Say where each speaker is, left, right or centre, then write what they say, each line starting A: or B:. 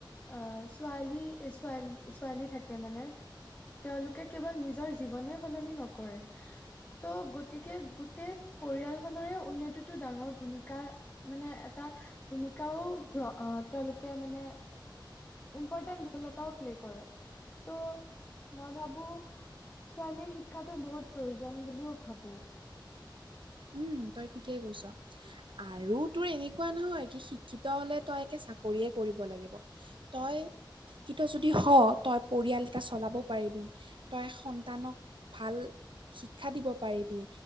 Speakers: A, on the left; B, on the right.
A: অহ ছোৱা ছোৱালী ছোৱালী ছোৱালী থাকে মানে। তেওঁলোকে কেৱল নিজৰ জীৱনে সলনি নকৰে। ত' গতিকে গোটেই পৰিয়াল খনেৰে উন্নতিতটো ডাঙৰ ভূমিকা। কা মানে এটা ভূমিকাও তেওঁলোকে মানে। ইম্পৰ্টানট ৰোল এটাও প্লে কৰে ত'। মই ভাবো ছোৱালীৰ শিক্ষাটো বহুত প্ৰয়োজন বুলিও ভাবো। <inaudible>
B: উম তই ঠিকেই কৈছ আৰু তোৰ এনেকুৱা নহয় কি শিক্ষিত হ'লে তই একে চাকৰিয়ে কৰিব লাগিব। তই। শিক্ষিত যদি হ তই পৰিয়াল এটা চলাব পাৰিবি তই সন্তানক। ভাল শিক্ষা দিব পাৰিবি